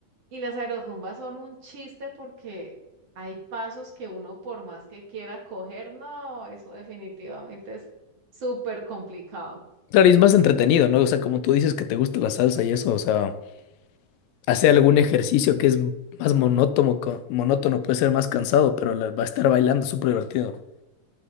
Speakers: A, on the right (about 50°); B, on the left (about 80°).
A: y las aerorrumbas son un chiste porque hay pasos que uno por más que quiera coger, no, eso definitivamente es súper complicado.
B: Claro, y es más entretenido, ¿no? O sea, como tú dices que te gusta la salsa y eso, o sea, hacer algún ejercicio que es más monótono, co- monótono puede ser más cansado, pero la- va a estar bailando súper divertido.